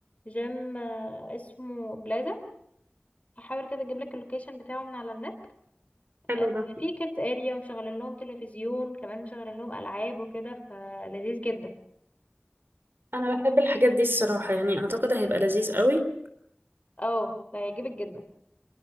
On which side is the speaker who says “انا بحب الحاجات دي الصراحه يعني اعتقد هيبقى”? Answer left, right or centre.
Right